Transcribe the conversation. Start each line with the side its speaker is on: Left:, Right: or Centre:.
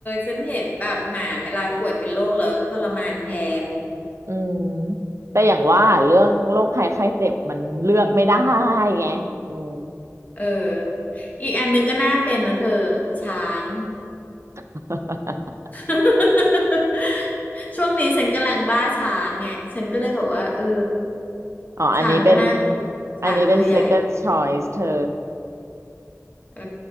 Left: ฉันเห็นแบบหมาเวลาป่วยเป็นโรคแล้วทรมานแทน
Right: อืมแต่อย่างว่าเรื่องโรคภัยไข้เจ็บมันเลือกไม่ได้ไงอืม
Left: เอออีกอันหนึงก็น่าเป็นนะเธอช้าง
Right: <laughs>
Left: <laughs> ช่วงนี้ฉันกำลังบ้าช้างไงฉันก็เลยแบบว่าเออ
Right: อ๋ออันนี้เป็น
Left: ช้างก็น่าเป็นช้างตัวใหญ่
Right: อันนี้เป็น second choice เธอ
Left: เอ